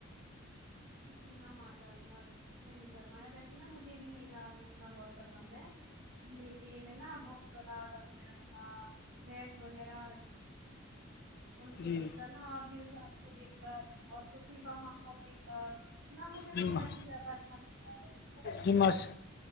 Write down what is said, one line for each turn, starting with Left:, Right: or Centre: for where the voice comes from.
Right: جی ہاں ماساء اللہ بالکل صحیح فرمایا ویسے نا مجھے بھی میلہ دیکھنا بہت پسند ہے میلے میں نا بہت بڑا رنگبرنگا ریڈ وغیرہ ان کو
Left: جی
Right: دیکھ کر نا اور بھی کو دیکھ اور کوچی کا ماحول دیک تو نا مجھے
Left: جی
Right: بے
Left: ما-
Right: حد ہی زیادہ اچھا لگتا ہے
Left: جی ماشاء